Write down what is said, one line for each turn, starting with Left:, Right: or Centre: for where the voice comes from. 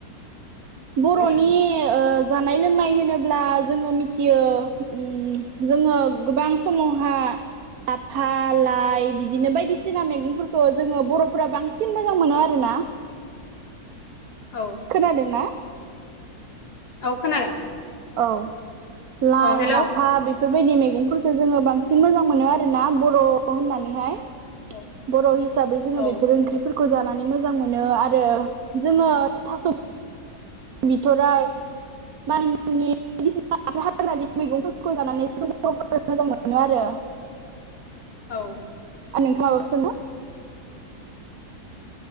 Right: बर'नि
Left: औ
Right: ओ जानाय लोंनाय होनोब्ला जोङो मिथियो ओम जोङो गोबां समावहा लाफा लाइ बिदिनो बायदिसिना मैगंफोरखौ जोङो बर'फोरा बांसिन मोजां मोनो आरो ना।
Left: औ
Right: खोनादों ना?
Left: औ खोनादों।
Right: औ लाइ
Left: औ हेलौ
Right: लाफा बेफ बेफोरबायदि मैगंफोरखौ जोङो बांसिन मोजां मोनो आरोना बर' होननानैहाय।
Left: औ
Right: बर' हिसाबै जोङो
Left: औ
Right: बेफोर ओंख्रिफोर खौ जानानै मोजां मोनो आरो जोङो थास' बिथ'राइ मानिमुनि बायदिसिना हाग्रानि मैगंफोरखौ जानानै जों बर'फोरा मोजां मोनो आरो।
Left: औ।
Right: आरो नोंथांङा माबाफोर सोंनो?